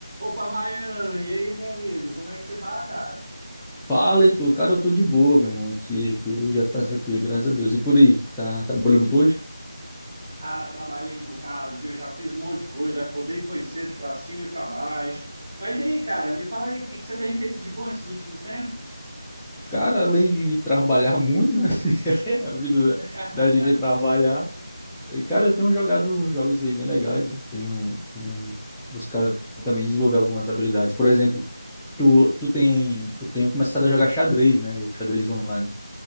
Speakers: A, on the right; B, in the centre.
A: Opa, Ryan, e aí, meu amigo, como é que você tá, cara?
B: Fala, Heitor. Cara, eu tô de boa, meu irmão. Aqui, aqui o dia tá tranquilo, graças a Deus. E por aí, tá trabalhou muito hoje?
A: Cara, trabalhei um bocado, viu? Já fiz um monte de coisa, acordei foi cedo pra cima e pra baixo. Mas e aí, cara, me fala aí, o que que você tem feito de bom esses últimos tempos?
B: Cara, além de trabalhar muito, né? <laughs> É, A vida
A: <laughs>
B: da, da gente é trabalhar. E, cara, eu tenho jogado uns jogos aí bem legais, né? Tenho eh, buscado também desenvolver algumas habilidades. Por exemplo, tu, tu tem... Eu tenho começado a jogar xadrez, né? O xadrez online.